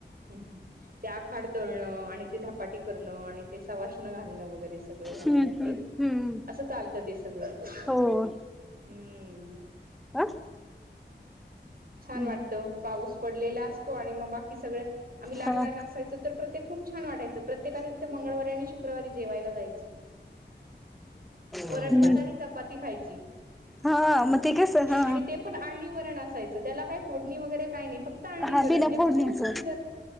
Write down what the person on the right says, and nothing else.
हम हम. ते आखाड तळणं आणि ते धपाटी करणं आणि सवाश्ण्य घालणं, वगैरे सगळं या महिन्यात
ते
असं चालत ते सगळं.
हम्म.
छान
वाटतं. पाऊस पडलेला असतो आणि मग बाकी सगळ आम्ही लान
लान असायचो तर प्रत्ये खुप छान वाटाचं. प्रतेकाच्या तीत मंगळवारी आणि शू क्रवारी जेवायला जायचं. वरणभात
आणि चपाती खायची.
आणि ते पण आळणी वरण अस सायच. त्याला काय फोडणी वगैरे काही नाही. फक्त आळनी
वरण.
ते
पण खूप सुंदर